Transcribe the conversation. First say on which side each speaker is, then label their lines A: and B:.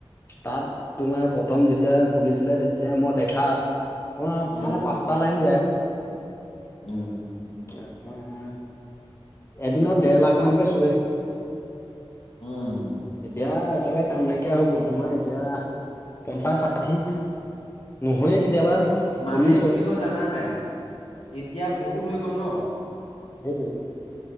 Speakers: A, on the left (about 25°); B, on the left (about 85°).
A: তাত তোমাৰ প্ৰথম যেতিয়া খুলিছিলে তেতিয়া মই দেখাত ত
B: উম
A: মানে পাঁচটা লাইন যায়।
B: উম'
A: এ তোমাৰ এদিনত দেৰ লাখ' মানকে চুৱে।
B: উম
A: এতিয়া একবায়ে কাম নাইকিয়া হৈ গ'ল, তোমাৰ এতিয়া পঞ্চাশ, ষাঠি। নহয়ে কেতিয়াবা।
B: মানে
A: চল্লিশ হয়
B: কি হ'ল জানানে, এতিয়া বহুত হৈ গল ন।
A: সেইত